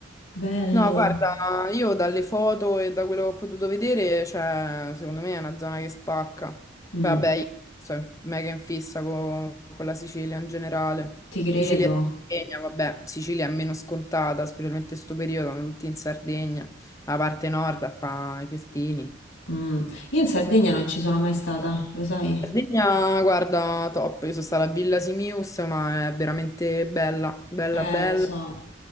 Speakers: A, on the left; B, on the left.
A: Bello.
B: No, guarda, io dalle foto e da quello che ho potuto vedere, cioè, secondo me è una zona che spacca.
A: Mm,
B: Poi, Vabbè, io sono mega in fissa con, con la Sicilia in generale.
A: ti credo.
B: Sicilia e Sardegna, vabbè, Sicilia è meno scontata, specialmente in questo periodo, sono tutti in Sardegna, la parte nord a fa i festini.
A: Mm. Io in Sardegna non ci sono mai stata, lo sai?
B: Sardegna, guarda, top, io sono stata a Villa Simius, ma è veramente bella, bella,
A: Eh,
B: bella.
A: lo so.